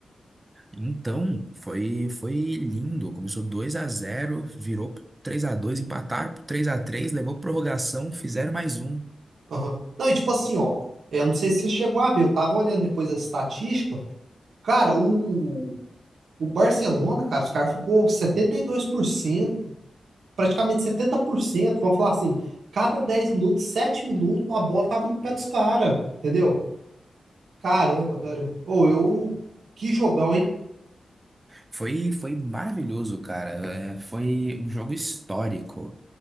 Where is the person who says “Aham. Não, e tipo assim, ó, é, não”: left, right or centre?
Right